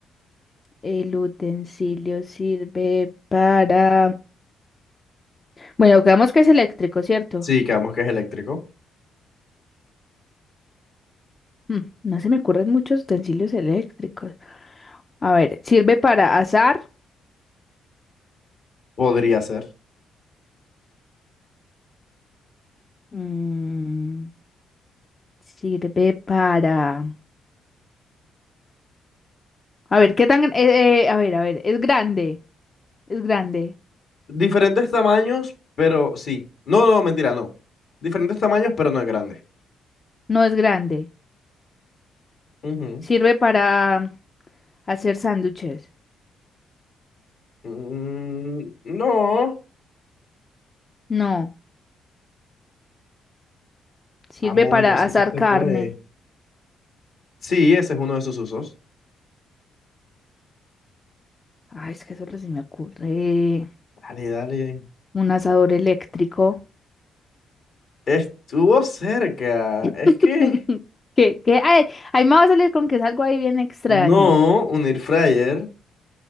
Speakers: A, on the left; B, on the left.
A: El utensilio sirve para... Bueno, creemos que es eléctrico, ¿cierto?
B: sí, quedamos que es eléctrico.
A: Mm, No se me ocurren muchos utensilios eléctricos. A ver, sirve para asar.
B: Podría ser.
A: Mm, sirve para... A ver, ¿qué tan... eh, eh, a ver, a ver, es grande. Es grande.
B: Diferentes tamaños, pero sí. No, no, mentira, no. Diferentes tamaños, pero no es grande.
A: No es grande.
B: Ujú.
A: Sirve para hacer sándwiches.
B: Mm, no.
A: No. Sirve
B: Vamos,
A: para
B: yo sé
A: asar
B: que usted
A: carne.
B: puede. Sí, ese es uno de sus usos.
A: Ay, es que solo se me ocurre
B: Dale, dale.
A: un asador eléctrico.
B: Estuvo cerca.
A: <laughs>
B: Es que
A: ¿Qué? ¿Qué? Ay, ahí me va a salir con que es algo ahí bien extraño.
B: no, un air fryer.